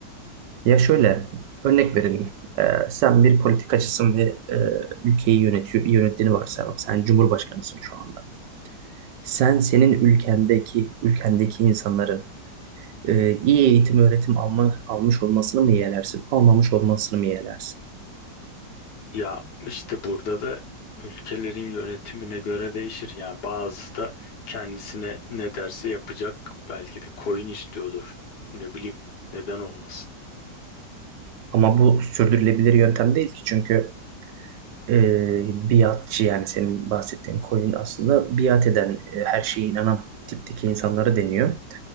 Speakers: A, on the right (about 80°); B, on the left (about 70°).
A: Ya şöyle, örnek verelim. E, sen bir politikacısın ve e, ülkeyi yönetiyor, yönettiğini varsayalım. Sen cumhurbaşkanısın şu anda. Sen senin ülkendeki ülkendeki insanların e, iyi eğitim öğretim alma, almış olmasını mı yeğlersin, almamış olmasını mı yeğlersin?
B: Ya işte burada da ülkelerin yönetimine göre değişir. Yani bazısı da kendisine ne derse yapacak. Belki de koyun istiyordur. Ne bileyim neden olmasın.
A: Ama bu sürdürülebilir yöntem değil ki çünkü e, biatçı yani senin bahsettiğin koyun aslında biat eden, e, her şeye inanan tipteki insanlara deniyor.